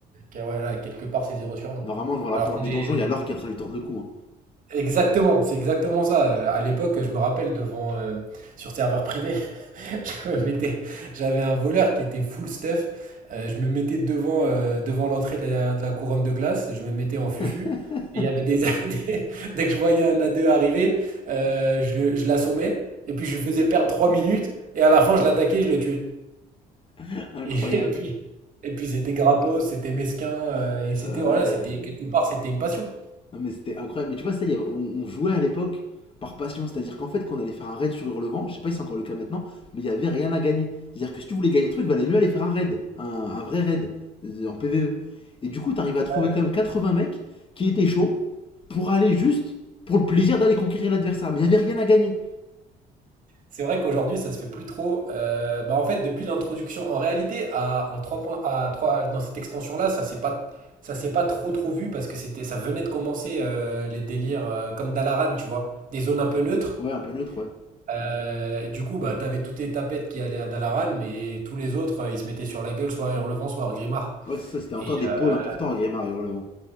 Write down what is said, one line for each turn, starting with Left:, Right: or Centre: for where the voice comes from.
Right: Ok, ouais, là, quelque part, c'est zéro sur 20.
Left: Normalement, devant la
Right: Alors
Left: porte
Right: qu'on
Left: du
Right: est...
Left: donjon, il y a l'or qui est en train de lui tordre le cou.
Right: Exactement, c'est exactement ça. Euh, À l'époque, je me rappelle devant euh, sur serveur privé, <laughs> je me mettais, j'avais un voleur qui était full stuff. Euh, je me mettais devant, euh, devant l'entrée de la, de la couronne de glace, et je me mettais en fufu.
Left: hein.
Right: Et il y avait des, <laughs> des- dès que je voyais un A2 arriver, euh, je le- je l'assommais, et puis je lui faisais perdre 3 minutes, et à la fin, je l'attaquais, je le tuais.
Left: <laughs> Incroyable.
Right: Et, <laughs> et puis, et puis c'était gratos, c'était mesquin, euh, et c'était
Left: Ouais, ouais.
Right: voilà, c'était
Left: ouais.
Right: quelque part, c'était une passion.
Left: Non, mais c'était incroyable. Mais tu vois, ça, y a- on, on jouait à l'époque par passion. C'est-à-dire qu'en fait, quand on allait faire un raid sur Hurlevent, je sais pas si c'est encore le cas maintenant, mais il y avait rien à gagner. C'est-à-dire que si tu voulais gagner le truc, valait mieux aller faire un raid, un, un vrai raid euh, en PVE. Et du coup, t'arrives à trouver
Right: Ouais.
Left: quand même 80 mecs qui étaient chauds pour aller juste pour le plaisir d'aller conquérir l'adversaire. Mais il y avait rien à gagner.
Right: C'est vrai qu'aujourd'hui, ça se fait plus trop. Euh, bah en fait, depuis l'introduction, en réalité, à, en 3 points, à 3 dans cette extension-là, ça s'est pas, ça s'est pas trop trop vu parce que c'était, ça venait de commencer euh, les délires euh, comme Dalaran, tu vois, des zones un peu neutres.
Left: Ouais, un peu neutre, ouais.
Right: Euh, et du coup, bah, t'avais toutes les tapettes qui allaient à Dalaran, mais tous les autres, euh, ils se mettaient sur la gueule, soit à Hurlevent, soit à Grimard.
Left: Ouais, c'est ça, c'était encore
Right: Et,
Left: des
Right: euh,
Left: pôles importants à Grimard et Hurlevent.